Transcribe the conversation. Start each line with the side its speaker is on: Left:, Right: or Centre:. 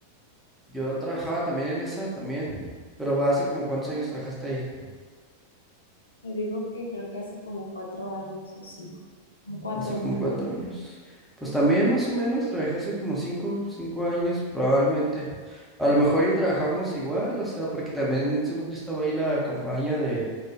Centre: Yo trabajaba también en esa, también. Pero hace como cuántos años trabajaste ahí?
Left: Te digo que creo que hace como cuatro años o cinco, como cuatro,
Centre: Hace como
Left: yo creo.
Centre: cuatro años. Pues también más o menos trabajé hace como cinco, cinco años probablemente. A lo mejor y trabajamos igual, o sea, porque también según yo estaba ahí la campaña de,